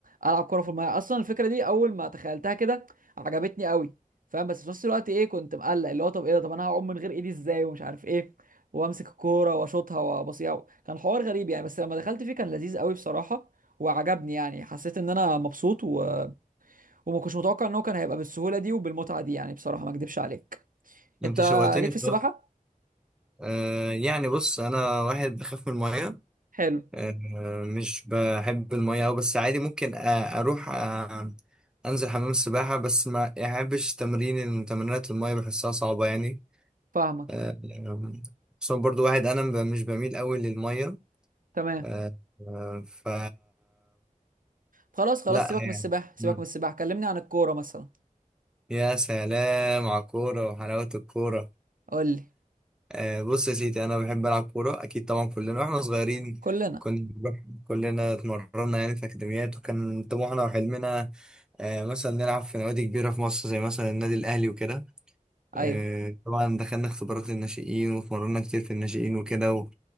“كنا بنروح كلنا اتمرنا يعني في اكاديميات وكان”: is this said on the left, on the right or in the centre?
Centre